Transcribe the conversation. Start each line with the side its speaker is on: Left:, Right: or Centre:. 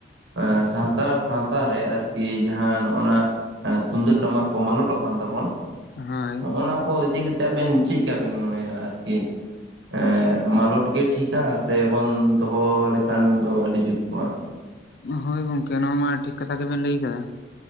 Right: ᱮᱸ ᱥᱟᱱᱛᱟᱲ ᱥᱟᱶᱛᱟ ᱨᱮ ᱟᱨᱠᱤ ᱡᱟᱦᱟᱸ ᱱᱚᱜᱼᱱᱟ ᱦᱮᱸ ᱛᱩᱢᱫᱟᱹᱜ ᱴᱟᱢᱟᱠ ᱠᱚ ᱢᱟᱞᱚᱴᱚᱜ ᱠᱟᱱ ᱛᱟᱵᱚᱱ᱾
Left: ᱦᱳᱭ
Right: ᱦᱚᱸᱼᱚᱱᱟ ᱠᱚ ᱤᱫᱤ ᱠᱟᱛᱮ ᱟᱵᱮᱱ ᱪᱤᱜᱠᱟ ᱵᱮᱱ ᱢᱚᱱᱮᱭᱟ ᱟᱨᱠᱤ? ᱮᱸ ᱢᱟᱞᱚᱴ ᱜᱮ ᱴᱷᱤᱠᱟ? ᱥᱮ ᱵᱚᱱ ᱫᱚᱦᱚ ᱞᱮᱠᱷᱟᱱ ᱫᱚ ᱟᱹᱰᱤ ᱡᱩᱛ ᱠᱚᱜᱼᱟ?
Left: ᱦᱳᱭ ᱜᱚᱝᱠᱮ ᱱᱚᱣᱟ ᱢᱟ ᱴᱷᱤᱠ ᱠᱟᱛᱷᱟ ᱜᱮᱵᱮᱱ ᱞᱟᱹᱭ ᱠᱟᱜᱼᱟ᱾